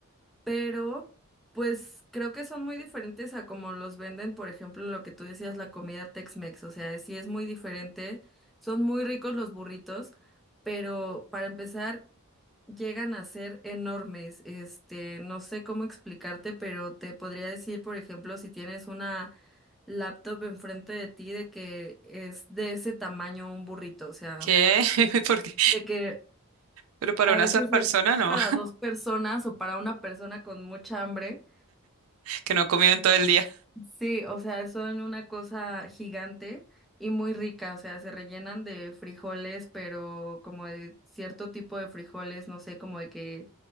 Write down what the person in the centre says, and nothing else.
pero pues creo que son muy diferentes a como los venden, por ejemplo, lo que tú decías, la comida Tex-Mex, o sea, sí es muy diferente, son muy ricos los burritos, pero para empezar, llegan a ser enormes, este, no sé cómo explicarte, pero te podría decir, por ejemplo, si tienes una laptop enfrente de ti, de que es de ese tamaño un burrito, o sea,
de que
a
veces
es es
para dos personas o para una persona con mucha hambre.
Sí, o sea, son una cosa gigante y muy rica, o sea, se rellenan de frijoles, pero como de cierto tipo de frijoles, no sé, como de que